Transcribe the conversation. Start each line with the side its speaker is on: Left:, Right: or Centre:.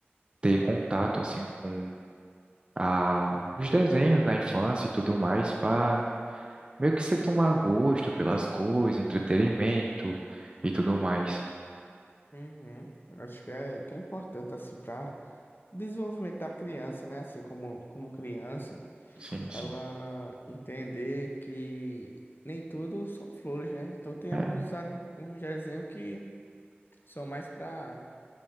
Right: ter contato assim com a... os desenhos da infância e tudo mais para meio que você tomar gosto pelas coisas, entretenimento e tudo mais.
Left: Uhum. Eu Acho que é, que é importante, assim, para desenvolvimento da criança, né? Assim, como, como criança,
Right: Sim,
Left: ela
Right: sim.
Left: entender que nem tudo são flores, né? Então, tem
Right: É.
Left: alguns, an- uns desenhos que são mais para